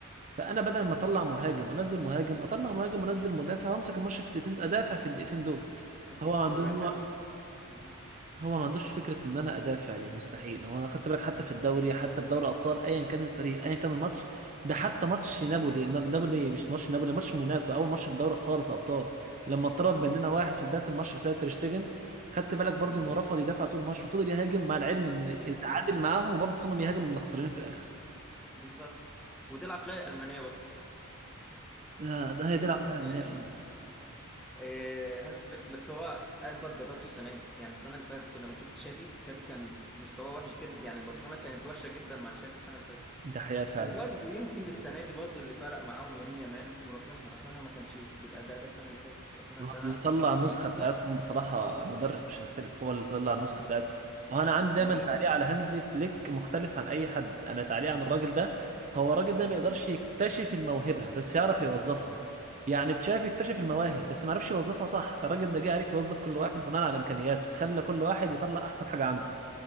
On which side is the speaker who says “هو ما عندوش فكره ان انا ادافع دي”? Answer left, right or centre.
Right